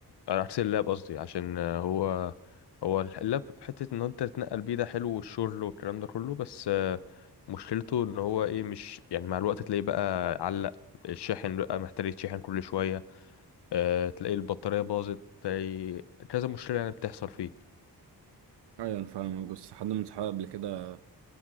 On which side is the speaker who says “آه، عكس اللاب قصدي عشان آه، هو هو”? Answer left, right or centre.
Left